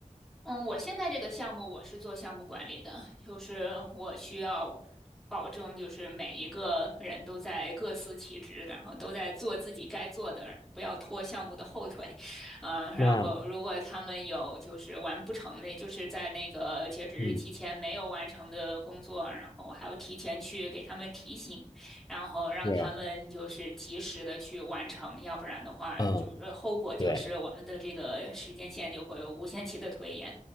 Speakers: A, in the centre; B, on the left (about 30°).
A: 嗯，我现在这个项目我是做项目管理的，就是我需要保证，就是每一个人都在各司其职，然后都在做自己该做的，不要拖项目的后腿。嗯，然后如果他们有就是完不成的，
B: 那
A: 就是在那个截止日期前没有完成的工作，
B: 嗯，
A: 然后我还要提前去给他们提醒，然后让他们就是及时的去完成，
B: 是，
A: 要不然的话，
B: 嗯，
A: 就是后果就是我们的这个时间线就会无限期的推延。
B: 对